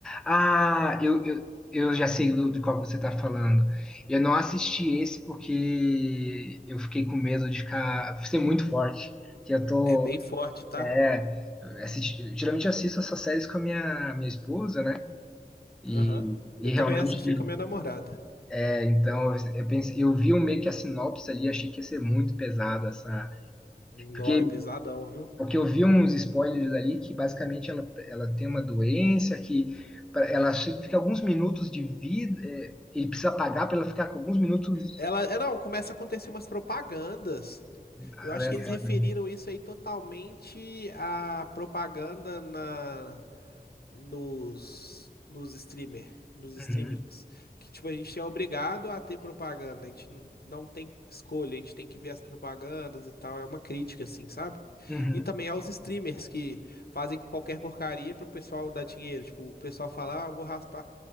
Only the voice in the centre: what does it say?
Ah, eu, eu, eu já sei do, de qual você tá falando. Eu não assisti esse porque eu fiquei com medo de ficar ser muito forte. Que eu tô.
É, eu assisti- geralmente eu assisto essas séries com a minha, minha esposa, né? E,
e
realmente,
é, então, eu, eu pensei, eu vi um meio que a sinopse ali, achei que ia ser muito pesada essa.
Porque
Porque eu vi uns spoilers ali que basicamente ela, ela tem uma doença que pra- ela che- fica alguns minutos de vida, é, ele precisa pagar para ela ficar com alguns minutos.
Ah,
né,
paga.
Uhum,
uhum,